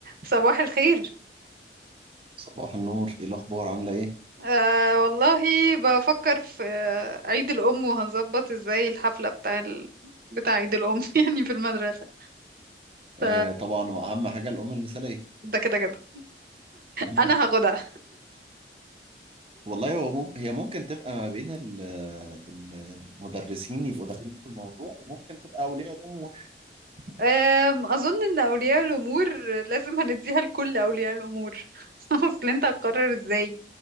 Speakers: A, on the right; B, on the right.
A: صباح الخير
B: صباح النور ايه الاخبار عامله ايه
A: آه والله بفكر في آه، عيد الأم وهنظبط ازاي الحفلة بتاع ال... بتاع عيد الأم <laughs> يعني في المدرسة
B: آه
A: ف
B: طبعا هو اهم حاجه الام المثاليه
A: ده كده كده
B: مم.
A: أنا هاخدها
B: والله هو مم... هي ممكن تبقى ما بين ال- المدرسين يبقوا داخلين في الموضوع وممكن تبقى اولياء الامور
A: آم، أظن إن أولياء الأمور لازم هنديها لكل أولياء الأمور <laughs> أصل أنت هتقرر ازاي